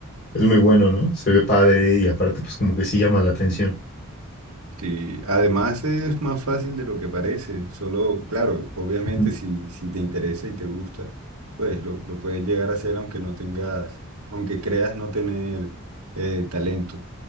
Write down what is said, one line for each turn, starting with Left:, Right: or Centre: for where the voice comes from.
Left: muy bueno, ¿no? Se ve padre y aparte, pues como que sí llama la atención.
Right: Sí, además es más fácil de lo que parece, solo, claro, obviamente
Left: Ujú.
Right: si, si te interesa y te gusta, pues lo, lo puedes llegar a hacer aunque no tengas, aunque creas no tener eh, talento.